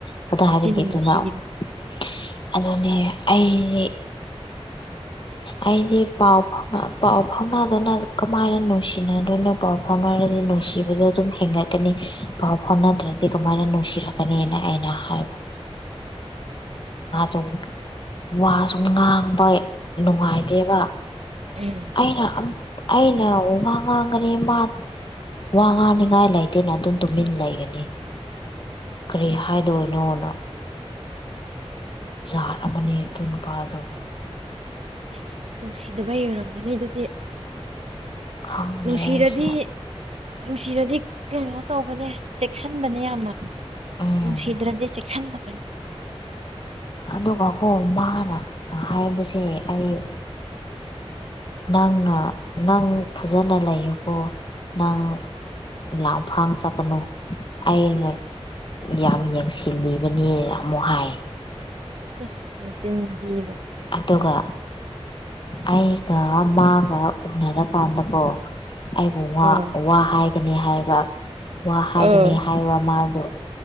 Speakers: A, on the left (about 50°); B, on the right (about 75°).
A: ꯀꯗꯥꯏꯗꯒꯤ
B: ꯃꯆꯤꯟ ꯊꯤꯕ
A: <unintelligible> ꯑꯗꯨꯅꯦ ꯑꯩ
B: <inaudible>
A: ꯑꯩꯗꯤ ꯄꯥꯎ ꯐꯥꯎꯅ ꯄꯥꯎ ꯐꯥꯎꯅꯗꯅ ꯀꯃꯥꯏꯅ ꯅꯨꯡꯁꯤꯅꯗꯣꯏꯅꯣ ꯄꯥꯎ ꯐꯥꯎꯅꯔꯗꯤ ꯅꯨꯡꯁꯤꯕꯗꯣ ꯑꯗꯨꯝ ꯍꯦꯟꯒꯠꯀꯅꯤ ꯄꯥꯎ ꯐꯥꯎꯅꯗ꯭ꯔꯗꯤ ꯀꯃꯥꯏꯅ ꯅꯨꯡꯁꯤꯔꯛꯀꯅꯤꯅ ꯑꯩꯅꯥ ꯍꯥꯏꯕ ꯃꯥꯖꯨ ꯋꯥꯁꯨ ꯉꯥꯡꯕ ꯅꯨꯡꯉꯥꯏꯇꯦꯕ
B: ꯎꯝ
A: ꯑꯩꯅ ꯑꯩꯅ ꯋꯥ ꯉꯥꯡꯒꯅꯤ ꯃꯥ ꯋꯥ ꯉꯥꯡꯅꯤꯡꯉꯥꯏ ꯂꯩꯇꯦꯅ ꯑꯗꯨꯝ ꯇꯨꯃꯤꯟ ꯂꯩꯒꯅꯤ ꯀꯔꯤ ꯍꯥꯏꯗꯣꯏꯅꯣꯅ ꯖꯠ ꯑꯃꯅꯦ ꯑꯗꯨ ꯅꯨꯄꯥꯗꯣ
B: ꯑꯁ ꯅꯨꯡꯁꯤꯗꯕꯩ ꯑꯣꯏꯔꯝꯒꯅꯤ ꯑꯗꯨꯗꯤ
A: ꯈꯪꯗ꯭ꯔꯦ
B: ꯅꯨꯡꯁꯤꯔꯗꯤ
A: ꯑꯩꯁꯨ
B: ꯅꯨꯡꯁꯤꯔꯗꯤ ꯀꯩꯅꯣ ꯇꯧꯕꯅꯦ ꯆꯦꯛꯁꯟꯕꯅꯦ ꯌꯥꯝꯅ
A: ꯎꯝ
B: ꯅꯨꯡꯁꯤꯗ꯭ꯔꯗꯤ ꯆꯦꯛꯁꯟꯗꯕꯅꯦ
A: ꯑꯗꯨꯒꯀꯣ ꯃꯥꯅ ꯍꯥꯏꯕꯁꯦ ꯑꯩ ꯅꯪꯅ ꯅꯪ ꯐꯖꯟꯅ ꯂꯩꯏꯌꯨꯀꯣ ꯅꯪ ꯂꯥꯡꯐꯥꯡ ꯆꯠꯀꯅꯨ ꯑꯩꯅ ꯌꯥꯝ ꯌꯦꯡꯁꯤꯜꯂꯤꯕꯅꯤꯅ ꯑꯃꯨꯛ ꯍꯥꯏ
B: ꯏꯁ ꯃꯆꯤꯟ ꯊꯤꯕ
A: ꯑꯗꯨꯒ ꯑꯩꯒ ꯃꯥꯒ ꯎꯅꯔꯀꯥꯟꯗꯀꯣ ꯑꯩꯕꯨ
B: ꯑꯥ
A: ꯋꯥ ꯍꯥꯏꯒꯅꯤ ꯍꯥꯏꯕ ꯋꯥ ꯍꯥꯏꯒꯅꯤ
B: ꯑꯥ
A: ꯍꯥꯏꯕ ꯃꯥꯗꯣ